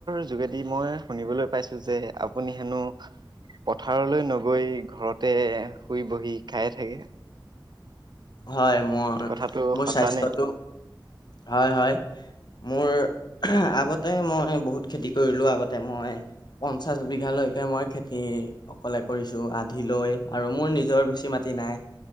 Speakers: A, on the right; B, on the left.
A: -যোগেদি মই শুনিবলৈ পাইছো, যে আপুনি হেনো পথাৰলৈ নগৈ ঘৰতে শুই বহি খাইে থাকে।
B: হয় মোৰ,
A: কথাটো
B: মোৰ
A: সঁচা
B: স্বাস্থ্যটো
A: নে
B: হয়-হয়। মোৰ, আগতে মই বহুত খেতি কৰিলো, আগতে মই পঞ্চাছ বিঘালৈকে মই খেতি অকলে কৰিছো আধি লৈ, আৰু মোৰ নিজৰ বেছি মাটি নাই,